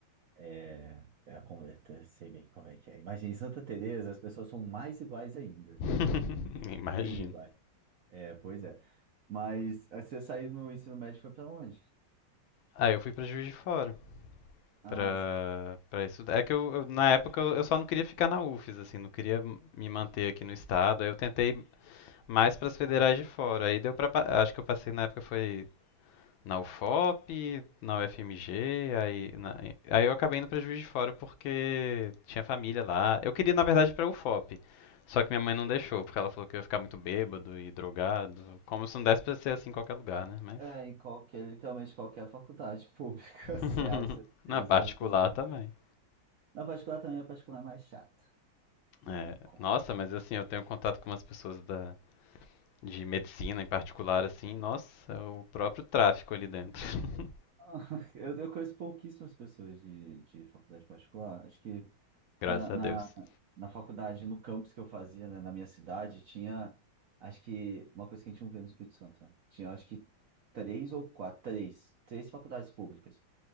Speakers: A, on the right; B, on the left.
A: É, é a con- eu te- sei bem como é que é. Imagina, em Santa Teresa as pessoas são mais iguais ainda.
B: <laughs> Imagino.
A: Bem iguais. É, pois é. Mas aí você saiu no ensino médio e foi pra onde?
B: Aí eu fui pra Juiz de Fora
A: Ah,
B: pra,
A: você foi...
B: pra estudar. É que eu, eu- na época eu, eu só não queria ficar na UFES, assim, não queria me manter aqui no estado. Aí eu tentei mais pras federais de fora. Aí deu pra. pa- Acho que eu passei na época foi na UFOP, na UFMG, aí, na- aí eu acabei indo pra Juiz de Fora porque tinha família lá. Eu queria, na verdade, ir pra UFOP. Só que minha mãe não deixou, porque ela falou que eu ia ficar muito bêbado e drogado. Como se não desse pra ser assim em qualquer lugar, né? Mas
A: É, em qualquer, literalmente qualquer faculdade pública, <laughs> você
B: <laughs>
A: acha as
B: Na
A: mesmas
B: particular
A: possibilidades.
B: também.
A: Na particular também, a particular é mais chata. Não
B: É,
A: conta.
B: nossa, mas assim, eu tenho contato com umas pessoas da, de medicina em particular, assim, nossa, é o próprio tráfico ali dentro. <laughs>
A: Ah, <laughs> Eu, eu conheço pouquíssimas pessoas de, de faculdade particular. Acho que porque
B: Graças
A: na,
B: a
A: na,
B: Deus.
A: na faculdade, no campus que eu fazia, né, na minha cidade, tinha acho que uma coisa que a gente não vê no Espírito Santo. né? Tinha acho que três ou quatro, três, três faculdades públicas.